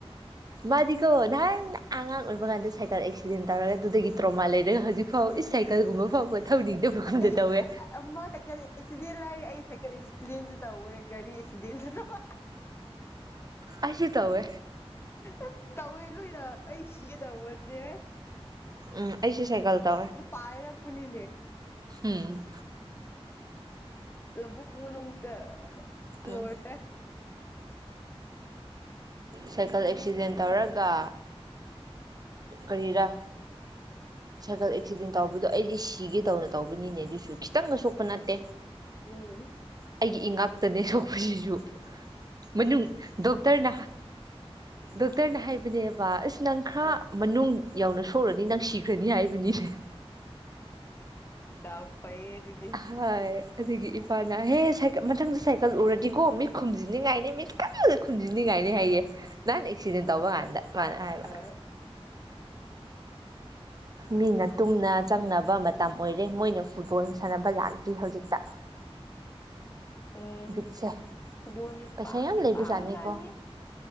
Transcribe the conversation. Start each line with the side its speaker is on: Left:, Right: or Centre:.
Right: ꯃꯥꯗꯤ ꯅꯍꯥꯟ ꯑꯉꯥꯡ ꯑꯣꯏꯕ ꯀꯥꯟꯗ ꯁꯥꯏꯀꯜ ꯑꯦꯛꯁꯤꯗꯦꯟ ꯇꯧꯔꯒ ꯑꯗꯨꯗꯒꯤ ꯇꯔꯣꯃꯥ ꯂꯩꯔꯒ ꯍꯧꯖꯤꯛ ꯐꯧ ꯏ ꯁꯥꯏꯀꯜꯒꯨꯝꯕ ꯐꯥꯎꯕ ꯊꯧꯅꯤꯡꯗꯕꯒꯨꯝꯕꯗ
Left: ꯑꯩ
Right: ꯇꯧꯋꯦ
Left: ꯑꯃ ꯁꯥꯏꯀꯜ ꯑꯦꯛꯁꯤꯗꯦꯟ ꯂꯥꯏꯔꯤ ꯑꯩ ꯁꯥꯏꯀꯜ ꯑꯦꯛꯁꯤꯗꯦꯟꯁꯨ ꯇꯧꯋꯦ ꯒꯥꯔꯤ ꯑꯦꯛꯁꯤꯗꯦꯟꯁꯨ ꯇꯧꯋꯦ
Right: ꯑꯩꯁꯨ ꯇꯧꯋꯦ
Left: ꯑꯁ ꯇꯧꯋꯦ ꯂꯣꯏꯅ ꯑꯩ ꯁꯤꯒꯤ ꯇꯧꯕꯅꯦ
Right: ꯎꯝ ꯑꯩꯁꯦ ꯁꯥꯏꯀꯦꯜ ꯇ
Left: ꯄꯥꯏꯔꯛꯄꯅꯤ
Right: ꯎꯝ
Left: ꯂꯧꯕꯨꯛ ꯃꯅꯨꯡꯗ ꯂꯣꯏꯔꯦ
Right: ꯎꯝ ꯁꯥꯏꯀꯜ ꯑꯦꯛꯁꯤꯗꯦꯟ ꯇꯧꯔꯒ ꯀꯔꯤꯔ ꯁꯥꯏꯀꯜ ꯑꯦꯛꯁꯤꯗꯦꯟ ꯇꯧꯕꯗꯣ ꯑꯩꯗꯤ ꯁꯤꯒꯦ ꯇꯧꯅ ꯇꯧꯕꯅꯤꯅꯦ ꯑꯗꯨꯁꯨ ꯈꯤꯇꯪꯒ ꯁꯣꯛꯄ ꯅꯠꯇꯦ
Left: ꯎꯝ
Right: ꯑꯩꯒꯤ ꯏꯉꯥꯛꯇꯅꯦ ꯁꯣꯛꯄꯁꯤꯁꯨ ꯃꯅꯨꯡ ꯗꯣꯛꯇꯔꯅ ꯗꯣꯛꯇꯔꯅ ꯍꯥꯏꯕꯅꯦꯕ ꯑꯁ ꯅꯪ ꯈꯔ
Left: ꯑꯥ
Right: ꯃꯅꯨꯡ ꯌꯧꯅ ꯁꯣꯛꯂꯅꯤ ꯅꯪ ꯁꯤꯈ꯭ꯔꯅꯤ ꯍꯥꯏꯕꯅꯤꯅꯦ
Left: ꯗꯎ ꯐꯥꯏꯌꯦ ꯑꯗꯨꯗꯤ
Right: ꯍꯥꯏ ꯑꯗꯨꯒꯤ ꯏꯄꯥꯅꯍꯦ ꯃꯊꯪꯗ ꯁꯥꯏꯀꯜ ꯎꯔꯗꯤꯀꯣ ꯃꯤꯠ ꯈꯨꯝꯖꯤꯟꯅꯤꯡꯉꯥꯏꯅꯤ ꯃꯤꯠ ꯀꯟꯕꯗ ꯈꯨꯟꯖꯤꯟꯅꯤꯡꯉꯥꯏꯅꯤ ꯍꯥꯏꯌꯦ ꯅꯍꯟ ꯑꯦꯛꯁꯤꯗꯦꯟ ꯇꯧꯕ ꯀꯥꯟꯗ ꯃꯥꯅ ꯍꯥꯏꯕ
Left: ꯑꯥ <unintelligible>
Right: ꯃꯤꯅ ꯇꯨꯝꯅ ꯆꯪꯅꯕ ꯃꯇꯝ ꯑꯣꯏꯔꯦ ꯃꯣꯏꯅ ꯐꯨꯠꯕꯣꯜ ꯁꯥꯟꯅꯕ ꯂꯥꯛꯇ꯭ꯔꯤ ꯍꯧꯖꯤꯛꯇ
Left: ꯎꯝ
Right: ꯕꯤꯠꯁꯦ
Left: ꯐꯕꯣꯟꯅꯦ
Right: ꯄꯩꯁꯥ
Left: ꯄꯥꯝꯗꯤ
Right: ꯌꯥꯝ ꯂꯩꯕꯖꯥꯠꯅꯤꯀꯣ
Left: ꯄꯥꯝꯕ ꯖꯥꯠꯅꯤ